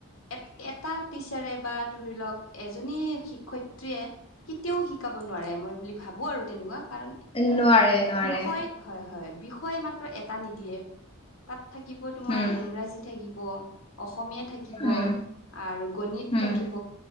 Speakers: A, on the left; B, on the left.
A: এ এটা টিচাৰে বা ধৰি লওক এজনী শিক্ষয়িত্ৰীয়ে কেতিয়াও শিকাব নোৱাৰে মই বুলি ভাবো আৰু তেনেকুৱা।
B: নোৱাৰে, নোৱাৰে,
A: বিষয় হয় হয় বি তাই মাত্ৰ এটা নিদিয়ে তাত থাকিব তোমাৰ
B: উম,
A: ইংৰাজ, থাকিব অসমীয়া, থাকিব
B: উম,
A: আৰু গণিত,
B: উম,
A: থাকিব